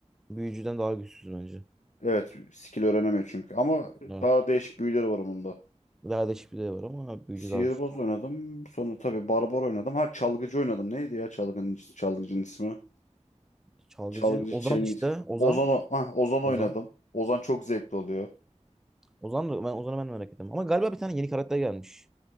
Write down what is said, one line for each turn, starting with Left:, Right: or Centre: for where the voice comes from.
Centre: büyücüden daha güçsüz bence.
Left: Evet, skill öğrenemiyor çünkü. Ama
Centre: Evet.
Left: daha değişik büyüleri var onun da.
Centre: Lale şifre var ama büyücü
Left: Sihirbaz
Centre: daha güçlü.
Left: oynadım. Sonra tabii barbar oynadım. Ha çalgıcı oynadım. Neydi ya çalgının, çalgıcının ismi?
Centre: Çalgıcı
Left: Çalgıcı
Centre: Ozan
Left: Çengiz.
Centre: işte. Ozan.
Left: Ozan, o- ah, Ozan oynadım.
Centre: Ozan.
Left: Ozan çok zevkli oluyor.
Centre: Ozan da ben Ozan'ı ben de merak ettim. Ama galiba bir tane yeni karakter gelmiş.